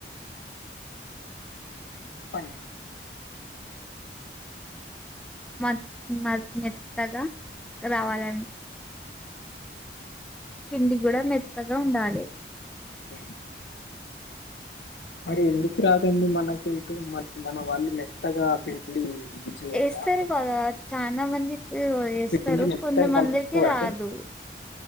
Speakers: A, on the left; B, in the centre.
A: చెప్పండి
B: మత్ మత్ మేత్తగా రావాలన్ పిండి కూడా మెత్తగా ఉండాలి
A: అ మరి ఎందుకు రాదండి మనకు ఇటు మన్ మన వాళ్ళు మెత్తగా పిండి చెయ్యాలా
B: వేస్తారు బాగా చాలా మందికి వేస్తారు
A: పిండి మెత్తగ్
B: కొంతమందికి
A: కల్పుకొర
B: రాదు
A: అండి